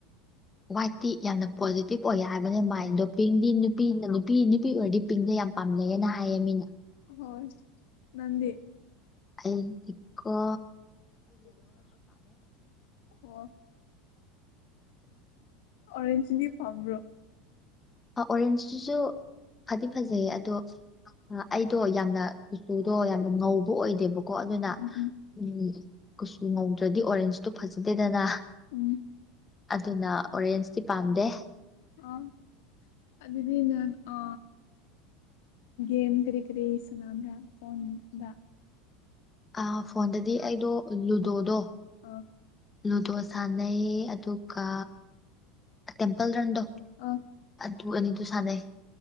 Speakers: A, on the left; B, on the left.
A: ꯋꯥꯏꯠꯇꯤ ꯌꯥꯝꯅ ꯄꯣꯖꯤꯇꯤꯕ ꯑꯣꯏ ꯍꯥꯏꯕꯅꯦ ꯃꯥꯏꯟꯗꯣ ꯄꯤꯡꯗꯤ ꯅꯨꯄꯤꯅ ꯅꯨꯄꯤ ꯅꯨꯄꯤ ꯑꯣꯏꯔꯗꯤ ꯀ ꯄꯤꯡꯗ ꯌꯥꯝ ꯄꯥꯝꯅꯩꯦꯅ ꯍꯥꯏꯌꯦ ꯃꯤꯅ
B: ꯍꯣꯏ ꯅꯗꯤ
A: ꯑꯩ ꯏꯀꯣ
B: ꯑꯣ ꯑꯣꯔꯦꯟꯖꯗꯤ ꯐꯥꯝꯕ꯭ꯔꯣ
A: ꯑꯣꯔꯦꯟꯖꯇꯁꯨ ꯐꯗꯤ ꯐꯖꯩ ꯑꯗꯣ ꯑꯩꯗꯣ ꯌꯥꯝꯅ ꯀꯨꯆꯨꯗꯣ ꯌꯥꯝꯅ ꯉꯧꯕ ꯑꯣꯏꯗꯦꯕꯣ ꯀꯣ ꯑꯗꯨꯅ
B: ꯎꯝ ꯎꯝ
A: ꯎ ꯀꯨꯆꯁꯨ ꯉꯧꯗ꯭ꯔꯗꯤ ꯑꯣꯔꯦꯟꯖꯇꯣ ꯐꯖꯗꯦꯗꯅ
B: ꯎꯝ
A: ꯑꯗꯨꯅ ꯑꯣꯔꯦꯟꯁꯇꯤ ꯄꯥꯝꯗꯦ
B: ꯑꯥ ꯑꯗꯨꯗꯤ ꯅ ꯑ ꯦꯃ ꯀꯔꯤ ꯀꯔꯤ ꯁꯅꯥꯗ ꯐꯣꯟꯣꯟꯗ
A: ꯑꯐ ꯐꯣꯟꯗꯗꯤ ꯑꯩꯗꯣ ꯂꯨꯗꯣꯗꯣ
B: ꯑꯥ
A: ꯂꯨꯗꯣ ꯁꯥꯟꯅꯩꯌꯦ ꯑꯗꯨ ꯀ ꯇꯦꯝꯄꯜ ꯔꯟꯗꯣ
B: ꯑꯥ
A: ꯑꯗꯨ ꯑꯅꯤꯗꯨ ꯁꯥꯟꯅꯩ